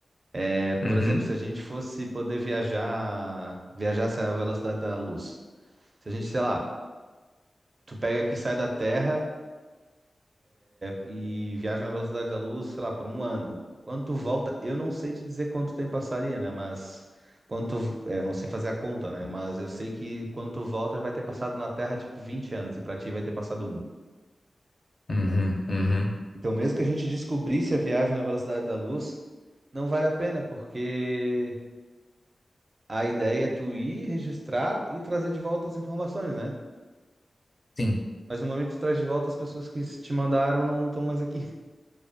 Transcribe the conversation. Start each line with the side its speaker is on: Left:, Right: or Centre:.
Right: É, por
Left: Uhum.
Right: exemplo, se a gente fosse poder viajar, viajasse à velocidade da luz. Se a gente, sei lá, tu pega aqui, sai da Terra e viaja na velocidade da luz, sei lá, por um ano. Quando tu volta, eu não sei te dizer quanto tempo passaria, né? Mas quando tu, é, eu não sei fazer a conta, né? Mas eu sei que quando tu volta, vai ter passado na Terra tipo 20 anos e pra ti vai ter passado um.
Left: Uhum. Uhum.
Right: Então, mesmo que a gente descobrisse a viagem na velocidade da luz, não vale a pena, porque a ideia é tu ir, registrar e trazer de volta as informações, né?
Left: Sim.
Right: Mas no momento que tu traz de volta, as pessoas que te mandaram não estão mais aqui.